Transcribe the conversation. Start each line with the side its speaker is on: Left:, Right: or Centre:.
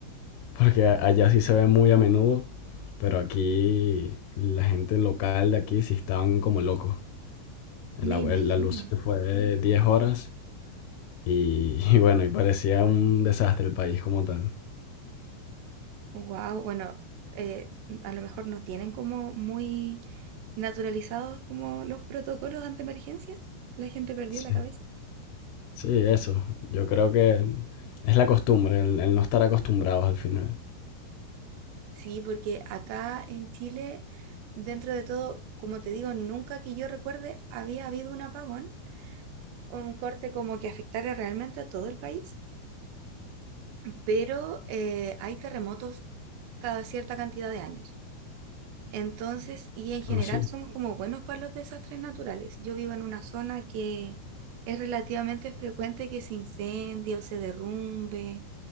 Left: porque a- allá sí se ve muy a menudo, pero aquí la gente local de aquí sí estaban como locos. La,
Right: Me imagino.
Left: la luz se fue diez horas Y, <laughs> y bueno, y parecía un desastre el país como tal.
Right: Wow, bueno, eh, a lo mejor no tienen como muy naturalizados como los protocolos ante emergencias. La gente perdió
Left: Sí,
Right: la cabeza.
Left: sí, eso. Yo creo que es la costumbre, el, el no estar acostumbrados al final.
Right: Sí, porque acá en Chile, dentro de todo, como te digo, nunca que yo recuerde había habido un apagón o un corte como que afectara realmente a todo el país, pero eh, hay terremotos cada cierta cantidad de años. Entonces, y en general
Left: Ah, sí.
Right: somos como buenos para los desastres naturales. Yo vivo en una zona que es relativamente frecuente que se incendie o se derrumbe